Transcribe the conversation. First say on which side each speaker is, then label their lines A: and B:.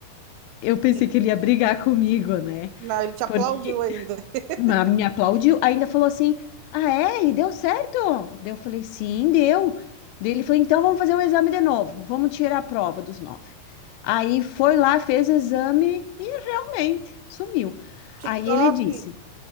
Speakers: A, on the left; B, on the right.
A: eu pensei
B: ele
A: que ele ia brigar comigo, né?
B: Não, ele te aplaudiu
A: Porque
B: ainda. <laughs>
A: ma- me aplaudiu. Ainda falou assim: Ah, é? E deu certo? Daí eu falei, sim, deu. Daí ele falou, então vamos fazer o exame de novo. Vamos tirar a prova dos nove. Aí foi lá, fez o exame e realmente sumiu.
B: Que
A: Aí
B: top!
A: ele disse.